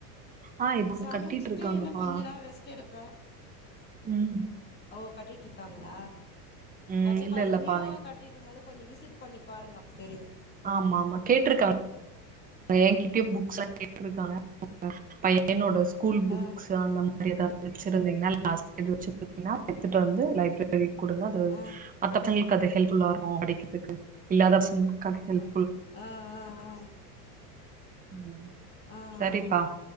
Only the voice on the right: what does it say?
ஆஹ் இப்ப ஒண்ணு
கட்டிட்டு இருக்காங்கப்பா
உம்
உம்
இல்ல
இல்லப்பா
ஆமா ஆமா கேட்ருக்காங் என்கிட்டயே புக்ஸ் எல்லாம் கேட்டுருக்காங்க பையனோடது ஸ்கூல் புக்ஸ்
அந்த மாரி ஏதாவது வச்சிருந்தீங்கனா <unintelligible> எடுத்துட்டு வந்து லைப்ரரிக்கு குடுங்க அது
மத்தவங்களுக்கு
அது எல்ப்புல்லா <unintelligible> ஓ <unintelligible> இல்லாத பவசங்கல்காக எல்ப்
<unintelligible>
சரிப்பா